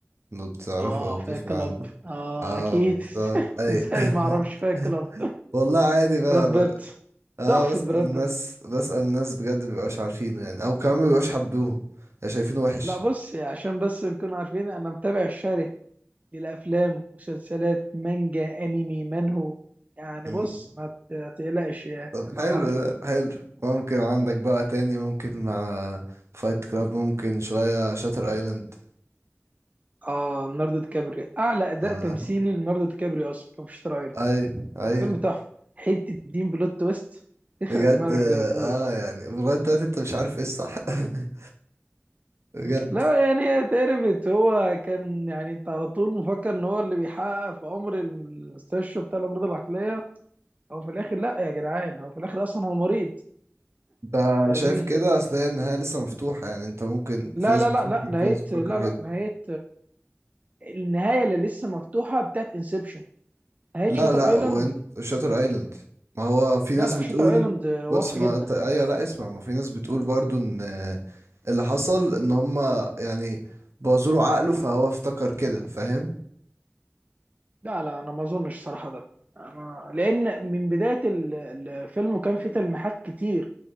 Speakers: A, on the right; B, on the right.
A: لو بتعرفه
B: اه
A: او
B: فايت
A: تسمع
B: كلاب
A: عنه
B: اه
A: اه
B: اكيد
A: بالظبط
B: <laughs>
A: اي
B: ازاي ما اعرفش فايت
A: <laughs>
B: كلاب
A: والله عادي بقى,
B: براد
A: بقى.
B: بيت
A: اه
B: تحفه
A: بسأل
B: براد بيت
A: ناس بسأل ناس بجد مبيبقاش عارفينه يعني او كمان مبيبقاش حبوه يعني شايفينه وحش
B: لا بص عشان بس نكون عارفين انا متابع الشره للافلام مسلسلات مانجا انمي منهو يعني
A: مم.
B: بص ما ت- ما تقلقش يعني
A: طب
B: ابقى
A: حلو
B: معاك في كله
A: ده حلو ممكن عندك بقى تاني ممكن مع فايت كلاب ممكن شوية شاتر ايلاند
B: اه ليوناردو دي كابريو اعلى اداء
A: اه
B: تمثيلي ليوناردو دي كابريو اصلا كان في شاتر ايلاند
A: ايوه ايوه
B: فيلم تحفه حته دين بلوت تويست تخرق
A: بجد
B: دماغك زي ما بيقولوا
A: اه يعني لغايه دلوقتي انت مش عارف ايه الصح <laughs> بجد
B: لا يعني هي اتعرفت هو كان يعني انت على طول مفكر ان هو اللي بيحقق في امر المستشفى بتاع الامراض العقليه او في الاخر لا يا جدعان هو في الاخر اصلا هو مريض
A: انت
B: فاهمني
A: شايف كده اصل هي النهايه لسه مفتوحه يعني انت ممكن
B: لا
A: في ناس
B: لا
A: بتفكر
B: لا لا نهاية
A: كده ناس بتفكر
B: لا لا
A: كده
B: نهاية النهاية اللي لسه مفتوحة بتاعت انسبشن نهاية
A: لا
B: شاتر
A: لا
B: ايلاند
A: وانت شاتر ايلاند ما هو في ناس
B: لا لا
A: بتقول
B: شاتر ايلاند واضحة
A: بص ما
B: جدا
A: انت ايوه لا اسمع ما في ناس بتقول برضو ان اللي حصل ان هما يعني بوظوا له عقله فهو افتكر كده فاهم
B: لا لا انا ما اظنش صراحة ده أنا لان من بداية ال- الفيلم وكان في تلميحات كتير